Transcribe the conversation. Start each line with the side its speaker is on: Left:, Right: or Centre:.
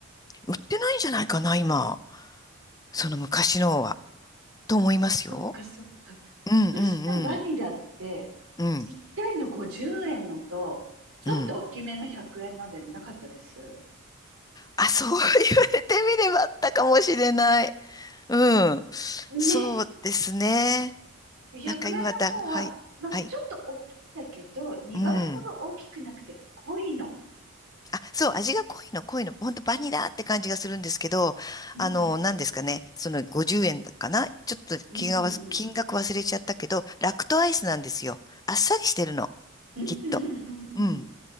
Left: 売ってないんじゃないかな、今。その昔のは。と思いますよ。
Right: そっかそっか。
Left: うんうんうん。
Right: 昔のバニラって、
Left: うん
Right: ちっちゃいの50円のと、ちょっと大きめの100円のでなかったです。
Left: うん。あ、そう言われてみればあったかもしれない。うん。
Right: ね。
Left: そうですね。
Right: 100円の方は、
Left: なんか今だ、はい。
Right: まあ、
Left: はい。
Right: ちょっと大きいんだけど、2倍ほど大きくなくて濃いの。
Left: うん。あ、そう、味が濃いの、濃いの。ほんとバニラって感じがするんですけど、
Right: うんうんうんうん。
Left: あの、何ですかね。その50円かなちょっと金額は、
Right: うんうんうん。
Left: 金額忘れちゃったけど、ラクトアイスなんですよ。あっさりしてるの、
Right: うんうんうんうん。
Left: きっと。うん。